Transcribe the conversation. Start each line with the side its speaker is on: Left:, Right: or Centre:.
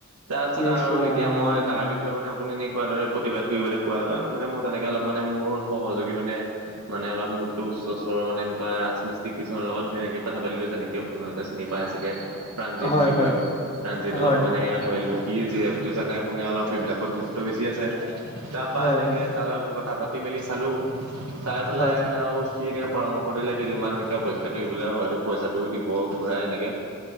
Right: তাৰপিছত
Left: ইচ
Right: আৰু
Left: ৰাম
Right: এতিয়া মই তাৰ বি বিষয়ে মানে আপুনি এনেকুৱা দৰে প্ৰতিবাদ কৰিবলৈ কোৱাৰ কাৰণে মানে মই তেনেকে অলপ মানে মোৰ সহযোগী মানে মানে অলপ মোকে উচ্চ চৰৰ মানে সেনেকুৱা ৰাজমিস্ত্ৰী কিছুমানৰ লগত তেনেকে কথা পাতিলো যেনেকে আপোনালোকে। চিনি পাই চাগে। প্ৰাণজিত
Left: হয়
Right: বুলি
Left: হয়
Right: কয় প্ৰাণজিতৰ
Left: হয়
Right: লগত তেনেকৈ কথা পাতিলোঁ সি যিহেতু জানে আপুনি অলপ এইবিলাকত গুৰুত্ব বেছি আছে তাৰপৰা
Left: হয়
Right: এনেকে
Left: হয়
Right: তালত কথা পাতি মেলি চালোঁ ঢিঢিঢিঢি চাই পেলাই
Left: হয়
Right: আৰু কি এনেকে পৰামৰ্শ দিলে কেইদিনমান এনেকে অপেক্ষা কৰিবলে হয়তটো পইচাটোও দিব। প ঘূৰাই এনেকে।